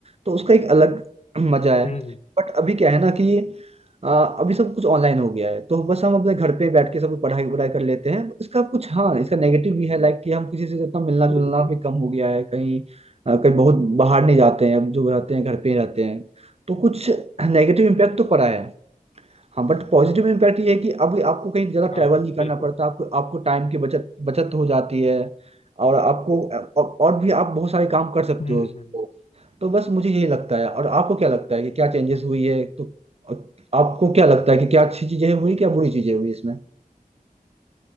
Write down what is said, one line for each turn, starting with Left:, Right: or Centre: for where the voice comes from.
Right: तो उसका एक अलग मजा है
Left: हम्म हम्म,
Right: बट अभी क्या है ना कि आ, अभी सब कुछ ऑनलाइन हो गया है तो बस हम अपने घर पे बैठ के सब कुछ पढ़ाई वढ़ाई कर लेते हैं इसका कुछ हाँ इसका नेगेटिव भी है लाइक कि हम किसी से जितना मिलना जुलना
Left: बिल्कुल
Right: भी कम हो गया है कहीं आ, कहीं बहुत बाहर नहीं जाते हैं अब जो रहते हैं घर पे ही रहते हैं तो कुछ नेगेटिव इम्पैक्ट तो पड़ा है हाँ बट पॉजिटिव इम्पैक्ट ये है कि अब आपको कहीं ज़्यादा ट्रैवल
Left: हाँ
Right: नहीं करना
Left: बिल्कुल
Right: पड़ता आपको आपको टाइम की बचत बचत हो जाती है और आपको और भी आप बहुत सारे काम कर सकते
Left: हम्म
Right: हो
Left: हम्म
Right: तो बस मुझे यही लगता है और आपको क्या लगता है कि क्या चेंजेस हुई है तो आपको क्या लगता है कि क्या अच्छी चीजें हुई क्या बुरी चीजें हुई इसमें